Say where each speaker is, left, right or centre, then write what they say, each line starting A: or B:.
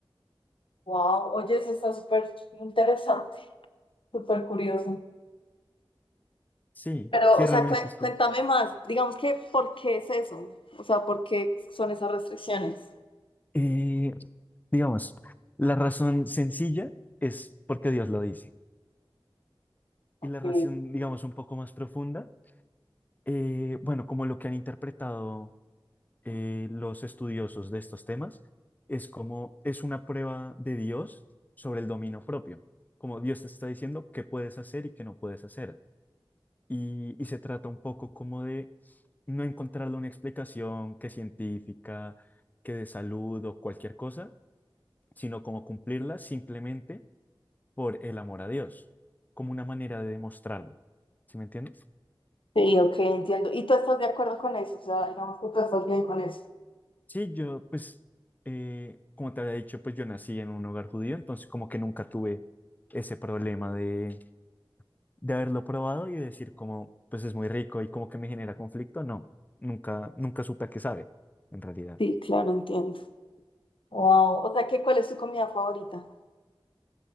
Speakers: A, on the left; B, on the left.
A: wow, oye, eso está súper interesante, súper curioso.
B: Sí,
A: Pero,
B: sí,
A: o sea,
B: realmente
A: cuen-
B: es
A: cuéntame
B: como...
A: más, digamos que, ¿por qué es eso? O sea, ¿por qué son esas restricciones?
B: eh, Digamos, la razón sencilla es porque Dios lo dice.
A: Ok.
B: Y la razón, digamos, un poco más profunda, eh, bueno, como lo que han interpretado eh, los estudiosos de estos temas, es como es una prueba de Dios sobre el dominio propio. Como Dios te está diciendo qué puedes hacer y qué no puedes hacer. Y, y se trata un poco como de no encontrarle una explicación que científica, que de salud o cualquier cosa, sino como cumplirla simplemente por el amor a Dios, como una manera de demostrarlo. ¿Sí me entiendes?
A: Sí, ok, entiendo. ¿Y tú estás de acuerdo con eso? O sea, digamos que tú estás bien con eso.
B: Sí, yo, pues, eh, como te había dicho, pues yo nací en un hogar judío, entonces como que nunca tuve ese problema de, de haberlo probado y decir como, pues es muy rico y como que me genera conflicto. No, nunca, nunca supe a qué sabe, en realidad.
A: Sí, claro, entiendo. Wow, o sea, ¿qué, cuál es tu comida favorita?